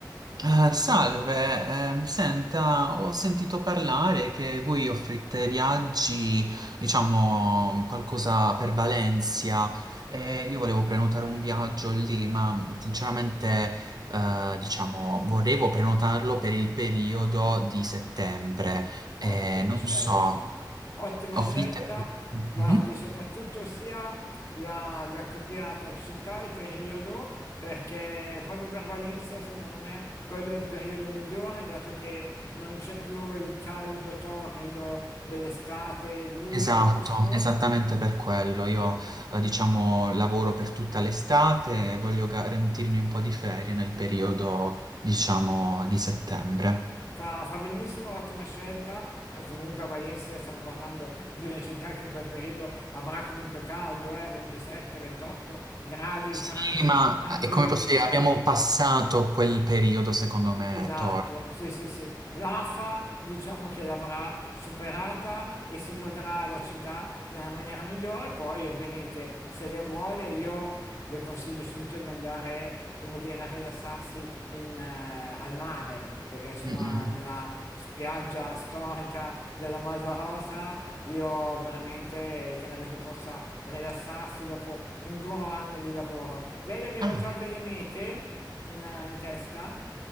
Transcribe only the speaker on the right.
Eh, salve, ehm, senta, ho sentito parlare che voi offrite viaggi, diciamo, qualcosa per Valencia. e io volevo prenotare un viaggio lì, ma sinceramente, eh, diciamo, volevo prenotarlo per il periodo di settembre. Eh,
non
so,
offrite...
Mhm.
Esatto,
esattamente per quello. Io, eh, diciamo, lavoro per tutta l'estate e voglio garantirmi un po' di ferie nel periodo, diciamo, di settembre.
Sì,
ma
eh, come posso dire, abbiamo passato quel periodo, secondo me,
Tor.
Mm-mm.
Ah.